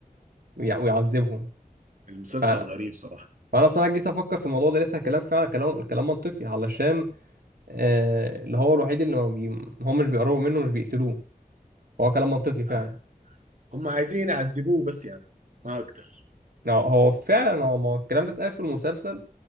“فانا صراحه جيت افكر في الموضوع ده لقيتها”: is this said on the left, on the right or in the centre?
Right